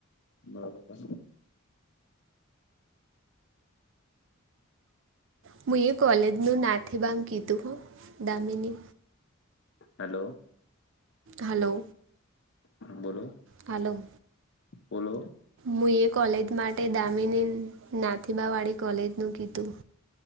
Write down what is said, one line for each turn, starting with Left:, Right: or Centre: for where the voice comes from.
Left: પડે
Right: હું એ કોલેજનું નાથેબાગ કીધું દામીની.
Left: હલો.
Right: હલો.
Left: બોલો
Right: હાલો.
Left: બોલો
Right: મુએ કોલેજ માટે દામીની નાથેબાવાળી કોલેજનું કીધું